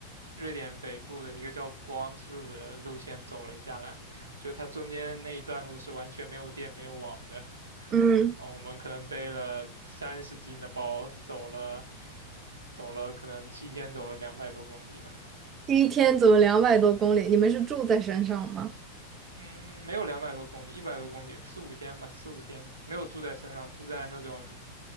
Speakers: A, on the right; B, on the right.
A: 瑞典北部的一个叫国王之路的路线走了下来，就它中间那一段路是完全没有电、没有网的。
B: 嗯，
A: 然后我们可能背了三十斤的包，走了。走了可能七天，走了两百多公里吧。
B: 第一天走了两百多公里，你们是住在山上吗？
A: 嗯，没有两百多公里，一百多公里，四五天吧，四五天，没有住在山上，住在那种